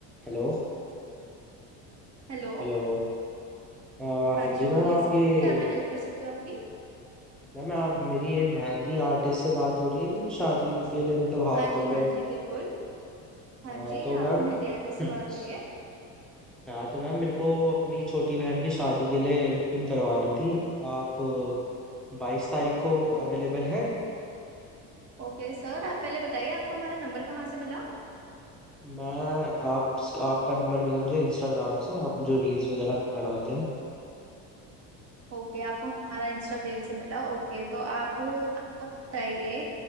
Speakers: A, in the centre; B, on the right (about 40°).
A: Hello
B: Hello
A: Hello अ,
B: हाँ
A: हाँ
B: जी
A: जी
B: बोलिए
A: मैम आप
B: सर
A: ये
B: क्या मैं हेल्प कर सकती हूँ आपकी
A: मैम आप मेरी ये मेहंदी आर्टिस्ट से बात हो रही है जो शादी के लिए मतलब हाथों
B: हाँ जी हाँ
A: पर
B: जी बिल्कुल हाँ
A: हाँ
B: जी
A: तो
B: आपकी
A: मैम
B: मेहंदी आर्टिस्ट से
A: <clears throat>
B: बात हो रही है
A: हाँ तो मैम मेरे को अपनी छोटी बहन की शादी के लिए बुकिंग करवानी थी आप बाईस तारीख को अवेलेबल है
B: ओके सर आप पहले बताइए आपको हमारा नंबर कहाँ से मिला
A: मैं आप आपका नंबर मिला मुझे इंस्टाग्राम से आप जो रील्स वगैरह बनाते हैं
B: ओके आपको हमारा इंस्टा पेज से मिला ओके तो आप आप बताइए